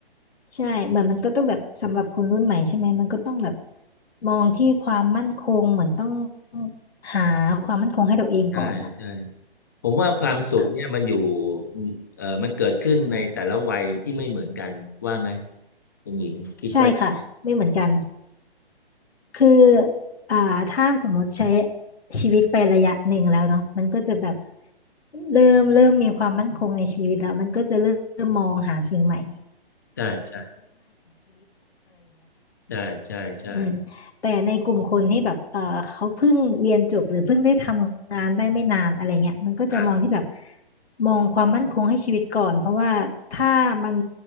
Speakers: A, on the left; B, on the left.
A: ใช่เหมือนมันก็ต้องแบบสำหรับคนรุ่นใหม่ใช่ไหมมันก็ต้องแบบมองที่ความมั่นคงเหมือนต้องหาความมั่นคงให้ตัวเองก่อนอ่ะ
B: ใช่ใช่ผมว่าความสุขเนี่ยมันอยู่
A: ค่ะ
B: เอ่อมันเกิดขึ้นในแต่ละวัยที่ไม่เหมือนกันว่าไหมคุณหญิงคิดว่า
A: ใช่ค่ะไม่เหมือนกันคืออ่าถ้าสมมติใช้ชีวิตไประยะหนึ่งแล้วเนาะมันก็จะแบบเริ่มเริ่มมีความมั่นคงในชีวิตแล้วมันก็จะเริ่มมองหาสิ่งใหม่
B: ใช่ใช่ใช่ใช่ใช
A: อืมแต่ในกลุ่มคนที่แบบเออเขาเพิ่งเรียนจบหรือเพิ่งได้ทำงานได้ไม่นานอะไรเงี้ยมันก็จะมองที่แบบ
B: ่
A: มองความมั่นคงให้ชีวิตก่อน เพราะว่าถ้ามัน